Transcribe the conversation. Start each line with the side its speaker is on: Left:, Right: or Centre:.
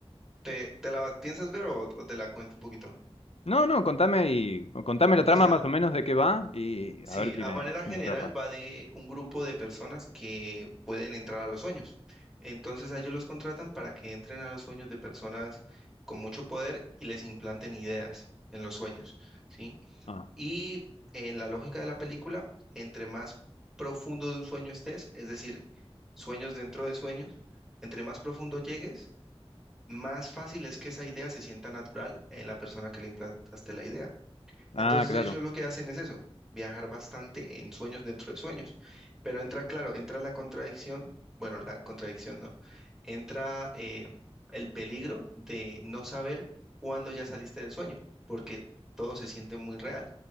Centre: ¿te, te la piensas ver o, o te la cuento un poquito?
Left: No, no, contame y o contame la trama
Centre: O sea,
Left: más o menos de qué va y
Centre: sí,
Left: a ver si
Centre: a
Left: me,
Centre: manera
Left: si
Centre: general
Left: me atrapa.
Centre: va de un grupo de personas que pueden entrar a los sueños. Entonces a ellos los contratan para que entren a los sueños de personas con mucho poder y les implanten ideas en los sueños, ¿sí?
Left: Ah,
Centre: Y en la lógica de la película, entre más profundo de un sueño estés, es decir, sueños dentro de sueños, entre más profundo llegues, más fácil es que esa idea se sienta natural en la persona que le implantaste la idea.
Left: ah,
Centre: Entonces
Left: claro.
Centre: ellos lo que hacen es eso, viajar bastante en sueños dentro de sueños. Pero entra, claro, entra la contradicción, bueno, la contradicción no, entra eh, el peligro de no saber cuándo ya saliste del sueño, porque todo se siente muy real.